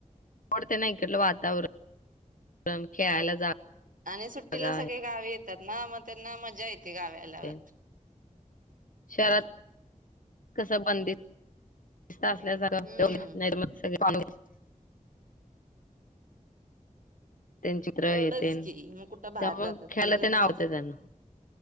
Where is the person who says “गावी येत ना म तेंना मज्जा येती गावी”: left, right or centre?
Right